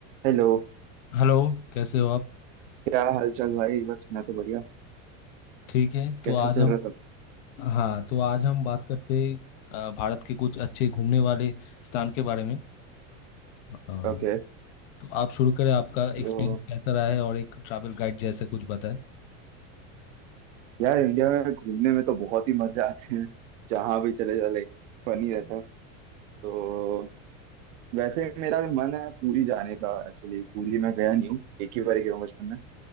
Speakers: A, on the right (about 65°); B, on the left (about 45°).
A: Hello
B: Hello कैसे हो आप
A: क्या हाल चाल भाई बस मैं तो बढ़िया
B: ठीक है तो
A: कैसे
B: आज
A: चल
B: हम
A: रहा सब
B: हाँ तो आज हम बात करते अ, भारत के कुछ अच्छे घूमने वाले स्थान के बारे में हाँ
A: ओके
B: तो आप शुरू करें आपका
A: तो
B: एक्सपीरियंस कैसा रहा है और एक ट्रैवल गाइड जैसा कुछ बताएं
A: यार इंडिया में घूमने में तो बहुत ही मजे आते हैं जहाँ भी चले जाओ लाइक फनी रहता है तो वैसे मेरा भी मन है पूरी जाने का एक्चुअली पूरी मैं गया नहीं हूँ एक ही बार गया हूँ बचपन में